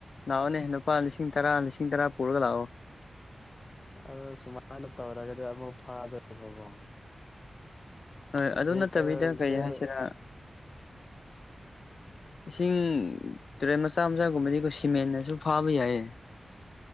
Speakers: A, on the left; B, on the left.
A: ꯂꯥꯑꯣꯅꯦ ꯂꯨꯄꯥ ꯂꯤꯁꯤꯡ ꯇꯔꯥ ꯂꯤꯁꯤꯡ ꯇꯔꯥ ꯄꯨꯔꯒ ꯂꯥꯑꯣ
B: ꯑꯗꯨ ꯁꯨꯃꯥꯏꯅ ꯇꯧꯔꯒꯗꯤ ꯑꯃꯨꯛ ꯐꯥꯗ‌ꯦꯕꯀꯣ
A: ꯍꯣꯏ ꯑꯗꯨ
B: ꯖꯦꯜ
A: ꯅꯠꯇꯕꯤꯗ ꯀꯩ
B: ꯖꯦꯜ
A: ꯍꯥꯏꯁꯤꯔꯥ ꯏꯁꯤꯡ ꯇꯨꯔꯦꯟ ꯃꯆꯥ ꯃꯆꯥꯒꯨꯝꯕꯗꯤ ꯑꯈꯣꯏ ꯁꯤꯃꯦꯟꯅꯁꯨ ꯐꯥꯕ ꯌꯥꯏꯌꯦ